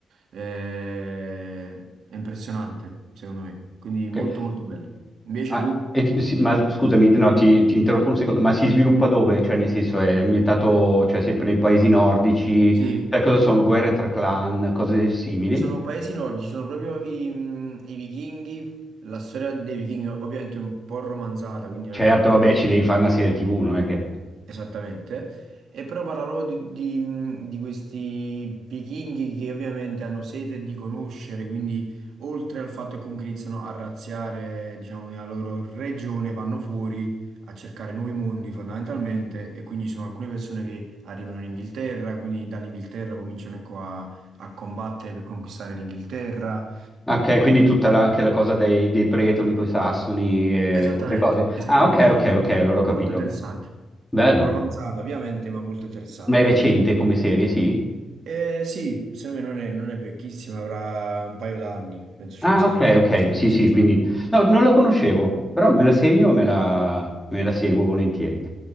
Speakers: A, on the right; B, in the centre.
A: eh, è impressionante secondo me, quindi
B: Ok.
A: molto molto bello. Invece
B: Ah,
A: tu?
B: e- sì, ma scusami, no, ti,
A: Sì,
B: ti
A: dimmi.
B: interrompo un secondo, ma si sviluppa dove? Cioè, nel senso, è ambientato, cioè, sempre nei paesi nordici?
A: Sì,
B: Cioè, cosa sono? Guerre tra clan, cose simili?
A: sono paesi nordici, sono proprio i, mm, i vichinghi, la storia dei vichinghi ovviamente è un po' romanzata, quindi
B: Certo,
A: non è che poi
B: vabbè, ci devi fare una serie TV, non è che...
A: Esattamente, e però parlavo di, di- di questi vichinghi che ovviamente hanno sete di conoscere, quindi oltre al fatto che comunque iniziano a razziare, diciamo, nella loro regione, vanno fuori a cercare nuovi mondi fondamentalmente e quindi ci sono alcune persone che arrivano in Inghilterra, quindi dall'Inghilterra cominciano ecco, a, a combattere per conquistare l'Inghilterra.
B: Ok, quindi tutta la- anche la cosa dei, dei bretoni con i sassoni e
A: Esattamente,
B: queste cose.
A: esattamente,
B: Ah, ok, ok, ok, allora ho capito.
A: molto interessante,
B: Bello.
A: romanzato ovviamente, ma molto interessante.
B: Ma è recente come serie, sì?
A: Eh, sì, secondo me non è, non è vecchissima, avrà un paio d'anni, penso 5-6
B: Ah, ok,
A: anni,
B: ok, sì,
A: non esagerando.
B: sì, quindi... No, non lo conoscevo, però me la segno e me la, me la seguo volentieri.